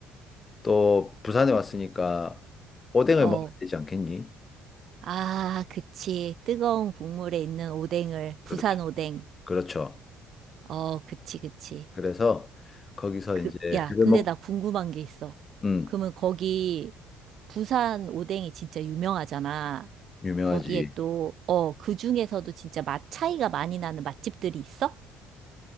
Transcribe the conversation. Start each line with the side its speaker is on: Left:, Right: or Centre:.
Left: 또 부산에 왔으니까 오뎅을
Right: 어.
Left: 음. 먹어야 되지 않겠니?
Right: 아, 그치. 뜨거운 국물에 있는 오뎅을, 부산
Left: 그렇죠.
Right: 오뎅.
Left: 그렇죠.
Right: 어, 그치, 그치.
Left: 그래서 거기서
Right: 그,
Left: 이제
Right: 야,
Left: 회를
Right: 근데
Left: 먹,
Right: 나 궁금한 게 있어.
Left: 음,
Right: 그러면 거기, 부산 오뎅이 진짜 유명하잖아.
Left: 유명하지.
Right: 거기에 또, 어, 그 중에서도 진짜 맛 차이가 많이 나는 맛집들이 있어?